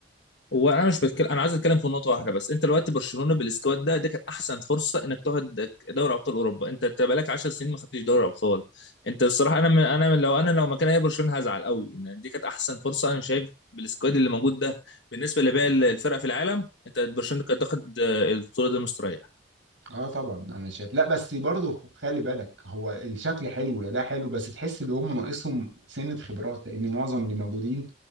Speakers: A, on the left (about 65°); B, on the right (about 85°).
A: هو انا مش بتكلم انا عايز اتكلم في نقطه واحده بس انت دلوقتي برشلونه بالسكواد ده دي كانت احسن فرصه انك تاخد دوري ابطال اوروبا انت أنت بقالك 10 سنين ما خدتش دوري ابطال انت الصراحه انا من انا من لو انا لو مكان اي برشلونه هزعل قوي ان دي كانت احسن فرصه انا شايف بالسكواد اللي موجود ده بالنسبه لباقي الفرق في العالم انت برشلونه كانت تاخد آه، البطوله دي مستريح
B: اه طبعا انا شايف لا بس برضه خلي بالك هو الشكل حلو لا ده حلو بس تحس ان هم ناقصهم سنة خبرات لان معظم اللي موجودين